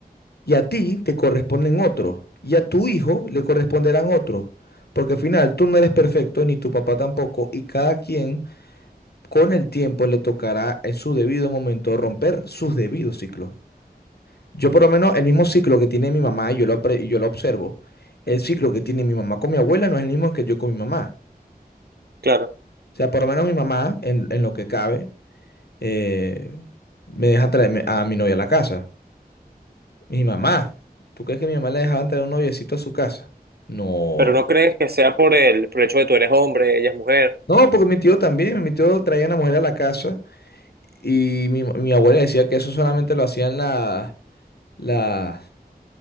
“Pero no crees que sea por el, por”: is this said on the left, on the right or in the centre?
Right